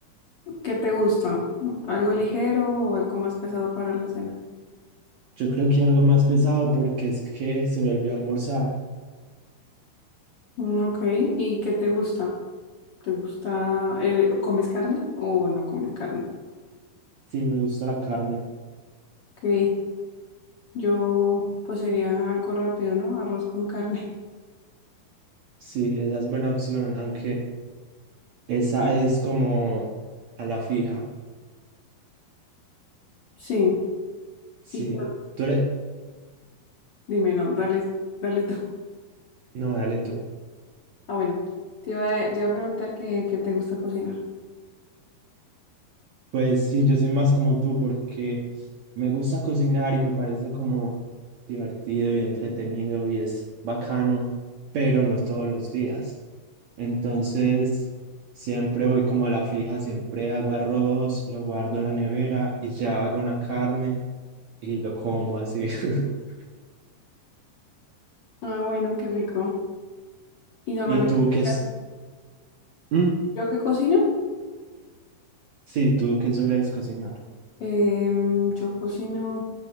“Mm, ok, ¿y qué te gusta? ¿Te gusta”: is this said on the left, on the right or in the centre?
Left